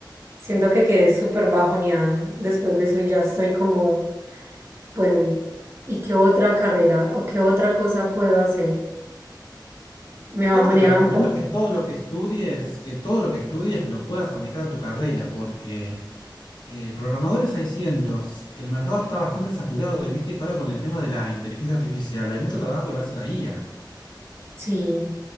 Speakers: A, on the right; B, on the left.
A: siento que quedé súper bajoneada después de eso y ya estoy como, bueno, ¿y, y qué otra carrera o qué otra cosa puedo hacer? Me bajoneaba
B: yo lo que te recomiendo
A: un poco.
B: es que todo lo que estudies, que todo lo que estudies lo puedas aplicar a tu carrera, porque Eh, programadores hay cientos. El mercado está bastante saturado y viste que ahora con el tema de la inteligencia artificial hay mucho trabajo que lo hace la IA.
A: Sí,